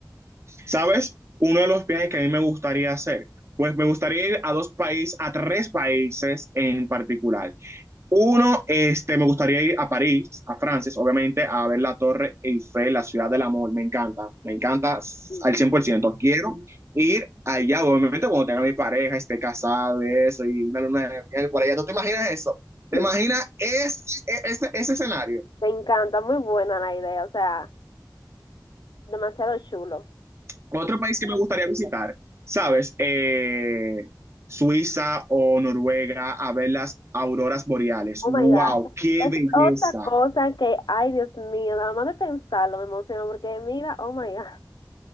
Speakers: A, on the right; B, on the left.
A: ¿Sabes? Uno de los viajes que a mí me gustaría hacer, pues me gustaría ir a dos países, a tres países en particular. Uno, este, me gustaría ir a París, a Francia, obviamente, a ver la Torre Eiffel, la ciudad del amor, me encanta, me encanta
B: Sí.
A: al 100%. Quiero ir allá, obviamente, cuando tenga mi pareja, esté casado, eso, y una luna de miel por allá. ¿Tú te imaginas eso? ¿Te
B: <laughs>
A: imaginas ese, e, ese, ese escenario?
B: Me encanta, muy buena la idea, o sea, demasiado chulo.
A: Otro país que me gustaría visitar, ¿sabes? Eh, Suiza o Noruega a ver las auroras boreales.
B: Oh
A: ¡Wow!
B: my God.
A: ¡Qué
B: Es
A: belleza!
B: otra cosa que, ay Dios mío, nada más de pensarlo me emociono porque mira, oh my God,